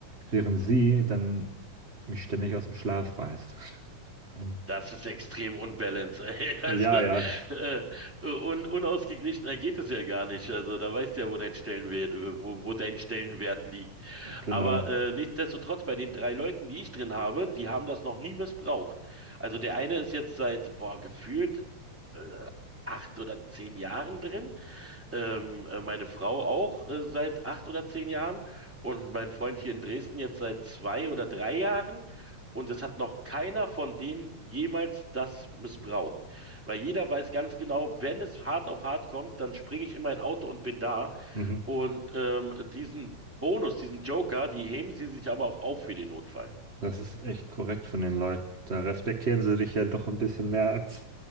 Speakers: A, on the right; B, in the centre.
A: während sie dann mich ständig aus dem Schlaf reißt. <laughs>
B: Das ist extrem unbalanced, ey. <laughs> Also,
A: Ja, ja,
B: äh, un unausgeglichener geht es ja gar nicht. Also, da weißt du ja, wo dein Stellenwert, äh, wo, wo dein Stellenwert liegt.
A: genau.
B: Aber äh, nichtsdestotrotz, bei den drei Leuten, die ich drin habe, die haben das noch nie missbraucht. Also, der eine ist jetzt seit, boah, gefühlt äh, acht oder zehn Jahren drin ähm, äh, meine Frau auch äh, seit acht oder zehn Jahren und mein Freund hier in Dresden jetzt seit zwei oder drei Jahren. Und es hat noch keiner von denen jemals das missbraucht. Weil jeder weiß ganz genau, wenn es hart auf hart kommt, dann springe ich in mein Auto und bin da.
A: Mhm.
B: Und ähm, diesen Bonus, diesen Joker, die heben sie sich aber auch auf für den Notfall.
A: Das ist echt korrekt von den Leuten. Da respektieren sie dich ja doch ein bisschen mehr, als